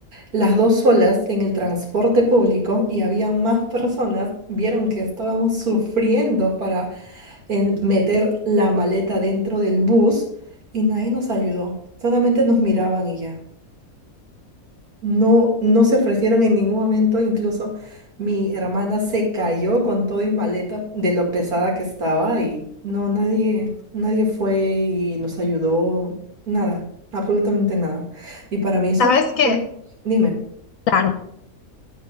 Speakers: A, on the right (about 85°); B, on the left (about 70°).
A: las dos solas en el transporte público y habían más personas, vieron que estábamos sufriendo en meter la maleta dentro del bus y nadie nos ayudó. Solamente nos miraban y ya. No, no se ofrecieron en ningún momento. Incluso mi hermana se cayó con todo y maleta de lo pesada que estaba y no, nadie, nadie fue y nos ayudó. Nada, absolutamente nada. Y para mí eso
B: Sabes
A: fue...
B: que,
A: Dime,
B: claro,